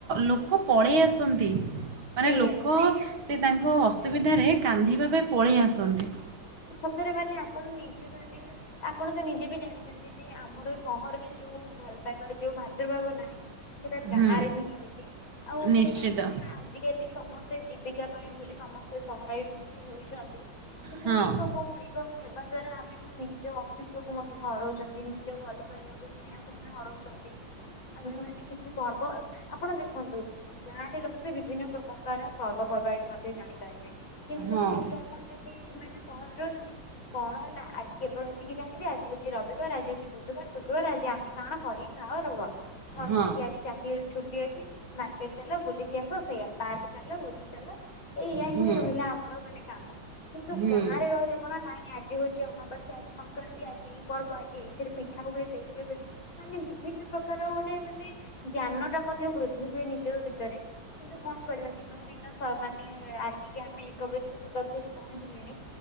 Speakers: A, on the right; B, on the left.
A: ଲୋକ ପଳେଇ ଆସନ୍ତି ମାନେ
B: ସେଇଆ।
A: ଲୋକ ସେ ତାଙ୍କ ଅସୁବିଧାରେ କାନ୍ନ୍ଦିବା ପାଇଁ ପଳେଇ ଆସନ୍ତି।
B: ସତରେ ମାନେ ଆପଣ ନିଜେ ମାନେ ଆପଣ ତ ନିଜେ ବି ଜାଣିଛନ୍ତି। ଯେ ଆମର ଏଇ ସହରରେ ଯୋଉ ଭଲ ପାଇବା ଏଇ ଯୋଉ ଭାତୃଭାବ ନାହିଁ। ସେଇଟା ଗାଁ
A: ହୁଁ
B: ରେ ହିଁ ରହିଛି ଆଉ
A: ନିଶ୍ଚିତ
B: ସେଇ ଆମେ ସିନା ଆଜିକାଲି ସମସ୍ତେ ଜୀବିକା ପାଇଁ ବୋଲି ସମସ୍ତେ ସହରାଭିମୁଖୀ ହେଉଛନ୍ତି। କିନ୍ତୁ
A: ହଁ
B: ଏଇ ସବୁ ଗୁଡିକ ହେବା ଦ୍ଵାରା ଆମେ ଆମ ନିଜ ଅସ୍ତିତ୍ଵ କୁ ମଧ୍ୟ ହରଉଚ ଚନ୍ତି ନିଜ ଭଲ ପାଇବାକୁ ସ୍ନେହକୁ ଆମେ ହରଉଚନ୍ତି ଆମେ ମାନ କିଛି ପର୍ବ ଆପଣ ଦେଖନ୍ତୁ ଗାଁ ରେ ରହିବେ ବିଭିନ୍ନ ପ୍ରକାର ପର୍ବପର୍ବାଣି ମଧ୍ୟ ଜାଣିପାରିବେ। କିନ୍ତୁ
A: ହଁ
B: ସେଇଟା ଆପଣ ଯଦି ମାନେ ସହରରେ ରହୁଚନ୍ତି କଣ ହେଲା ଆଜି କେବଳ ଏତିକି ଜାଣିବେ ଆଜି ହୋଉଚି ରବିବାର ଆଜି ହୋଉଚି ବୁଧବାର ଶୁକ୍ରବାର ଆଜି ଆମିଷ ଆଣ କରିକି ଖାଅ ରୁହ। ଭଲ
A: ହଁ
B: ଲାଗେ ଆଜି ଚାକିରି ଛୁଟି ଅଛି ମାର୍କେଟ ଚାଲ ବୁଲିକି ଆସ ସେଇୟା। ପାର୍କ ଚାଲ ବୁଲି ଚାଲ ଏଇୟା
A: ହୁଁ
B: ହିଁ ରହିଲା ଆମର ମାନେ କାମ କିନ୍ତୁ
A: ହୁଁ
B: ଗାଁ ରେ ରହିଲେ କଣ ନାଇଁ ଆଜି ହୋଉଛି ଅମାବାସ୍ୟା ଆଜି ସଂକ୍ରାନ୍ତି ଆଛି ଏଇ ପର୍ବ ଆଜି ସେଥିରେ ପିଠା ହୁଏ ସେଇଥିରେ ହୁଏ ମାନେ ବିଭିନ୍ନ ପ୍ରକାର ପ୍ରକାର ଗୋଟେ ମାନେ ଜ୍ଞାନ ଟା ମଧ୍ୟ ବୃଦ୍ଧି ହୁଏ ନିଜ ଭିତରେ। କିନ୍ତୁ କଣ କରିବା ଦିନକୁ ଦିନ ମାନେ ଆଜିକି ଆମେ ଏକବିଂଶ ଶତାବ୍ଦୀରେ ପହଞ୍ଚିଲେଣି।